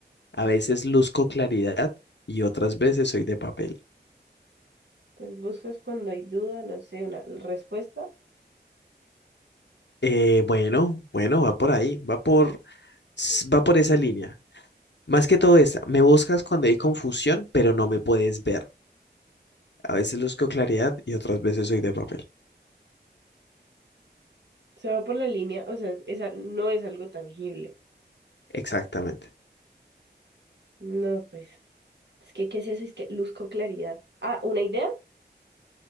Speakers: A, on the left; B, on the right.
A: A veces luzco claridad y otras veces soy de papel.
B: Entonces buscas cuando hay duda, no sé, una respuesta.
A: Eh, bueno, bueno, va por ahí, va por, s- va por esa línea. Más que todo esta, me buscas cuando hay confusión, pero no me puedes ver. A veces busco claridad y otras veces soy de papel.
B: Se va por la línea, o sea, esa no es algo tangible.
A: Exactamente.
B: No, pues, es que, ¿qué es eso? Es que luzco claridad. Ah, ¿una idea?